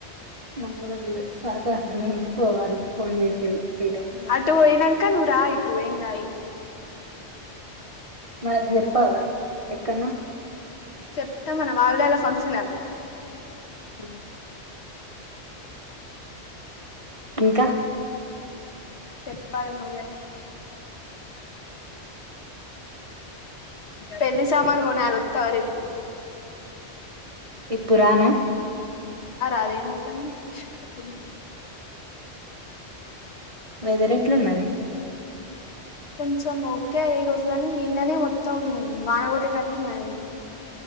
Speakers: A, on the right; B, on the left.
A: మంగళ సాకట్ పోవాలి ఫోన్ చేసిళ్ళు త్రీ టైమ్స్
B: అటు పోయినక నువ్వు రా ఇట్టు ఏం కాదు
A: మాది చెప్పవా ఎక్కన్నా
B: చెప్తాం మనం ఆవిలలా ఫంక్షన్ అది
A: ఆమ్ ఇంకా
B: చెప్పాలి నవ్వే పెళ్లి సామాన్ కొనాలి వస్తావా రేపు
A: ఇప్పురానా
B: ఆది ఏం అయితది షాపింగ్
A: వేదర్ ఎట్లా ఉన్నది
B: కొంచెం ఓకే ఏ రోజు గాని నిన్ననే మొత్తాం వాన గొట్టినట్టు ఉన్నాది ఇగ